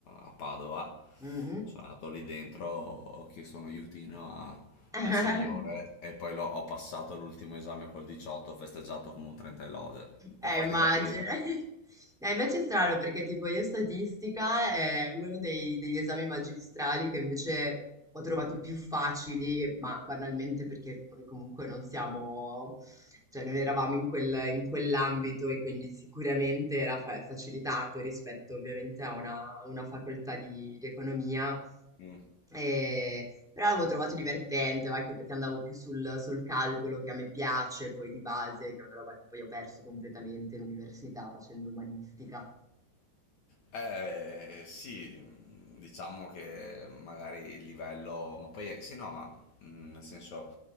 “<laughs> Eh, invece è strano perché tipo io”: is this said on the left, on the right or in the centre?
Centre